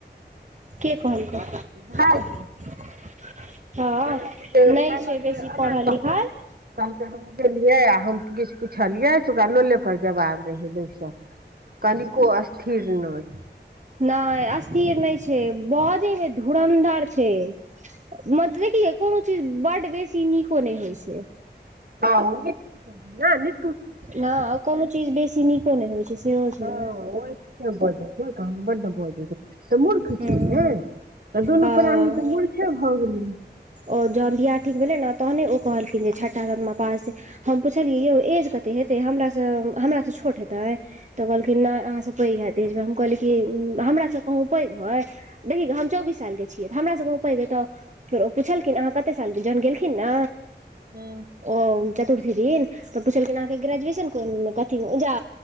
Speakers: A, on the right; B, on the right.
A: के कहकउ <unintelligible>
B: भाइजी
A: हँ
B: कहलक कि जे
A: नैय छै बेसी
B: जे एना
A: पढ़ल-लिखल।
B: कहू कहलक हम गेलियै आ हम किछ पुछलियै त ओकरा लोले पर जवाब रहै बैस। कनिको अस्थिर नहि।
A: नैय अस्थिर नहि छै बजेमे धुरन्धर छै मतब देखि गइ कोनो चीज बड़ बेसी नीको नहि होइ छै।
B: हँ ओ हि नै नीट
A: ह कोनो चीज बेसी नीको नहि होइ छै सेहो छै।
B: हँ ओहि बजै छैन बड्ड बजै छै तऽ मूर्ख
A: हँ
B: छै ने तऽ दुनू
A: हँ
B: प्राणी के मूर्ख सभ भऽ गेलै।
A: ओ जहन बियाह ठीक भेलै ने तहने ओ कहलखिन जे छटा सतमा पास। हम पुछलियै यौ एज कते हेतै हमरासँ, हमरासँ छोट हेतै? तऽ कहलखिन नहि अहाँसँ पैघ हैत एज मे हम कहली कि हमरासँ कहूँ पैघ होइ। देखिय गई हम चौबीस साल के छियै तऽ हमरा स कहु पैघ एतऽ पुछलखिन आहाँ कते साल जहन गेलखिन न
B: हू
A: ओ चतुर्थी दिन तऽ पुछलखिन अहाँके ग्रेजुएशन कुन क जा